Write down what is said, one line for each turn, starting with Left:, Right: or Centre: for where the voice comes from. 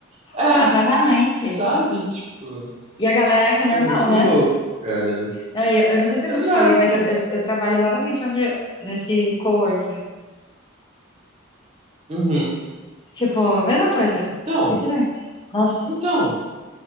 Right: <laughs> É,
Left: Não, exatamente.
Right: sabe? Tipo,
Left: E a galera acha
Right: é
Left: normal,
Right: muito louco,
Left: né?
Right: cara.
Left: Não, e eu, eu não sei se eu
Right: Exato.
Left: já te falei, mas eu, eu, eu trabalho exatamente onde, nesse coworking.
Right: Uhum.
Left: Tipo, mesma coisa.
Right: Então,
Left: Literalmente. Nossa,
Right: então.